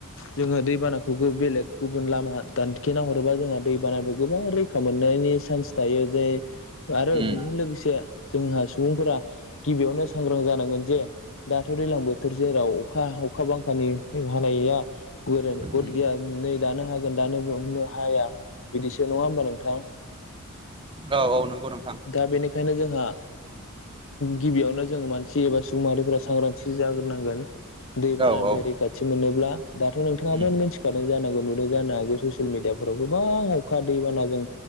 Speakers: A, on the left; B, on the right.
A: जोङो दैबानाखौ बेलेग गुबुन लामा दानखेना हरोबा जोंहा दैबानानिफ्राय गोबां रैखा मोनो नि चान्स थायो जे आरो
B: उम
A: बेजों लोगोसे जोंहा सुबुंफोरा गिबियावनो सांग्रां जानांगोन जे दाथ' दैज्लां बोथोर जेराव अखा अखा बांखानि हानाया गद
B: उम
A: गैया नै दानो हागोन दानो हाया बिदिसो नङा होमबा नोंथां
B: औ औ नंगौ नोंथां
A: दा बेनिखायनो जोंहा गिबियावनो जों मानसि एबा सुबुं माहारिफोरा सांग्रांथि जाग्रोनांगोन दैबानानिफ्राय
B: औ औ
A: रैखाथि मोनोब्ला दाथ' नोंथाङाबो
B: उम
A: मिथिखादों जानांगौ नुदों जानो हागौ ससियेल मिडियाफोराव गोबां अखा दैबानाजों